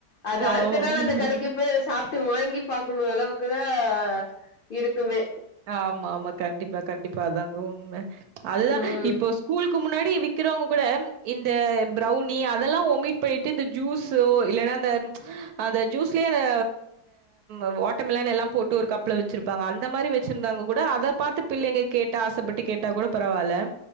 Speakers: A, on the left (about 75°); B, on the right (about 75°).
A: அது அடுத்த
B: ஆமா.
A: நாள் அந்த கடைக்கு போய் சாப் ட்டு வாங்கி பாக்கணும் அளவுக்குதான் இருக்குமே
B: ஆமா ஆமா கண்டிப்பா கண்டிப்பா அதாங்க உண்ம அதுதான்
A: ம்
B: இப்போ ஸ்கூலுக்கு முன்னாடி வி க்கிறவங்க கூட இந்த ப்ரௌனி அதெல்லாம் ஒமிட் பண்ணிட்டு இந்த ஜூஸோ இல்லன்னா இந்த அந்த ஜூஸ்லேயே அந்த அந்த வாட்டர்மில்லன் எல்லாம் போட்டு ஒரு கப்ல வச்சிருப்பாங்க அந்த மாரி வச்சிருந்தாங்க கூட அதை பாத்து பிள்ளைங்க கேட்ட ஆசைப்பட்டு கேட்டா கூட பரவால்ல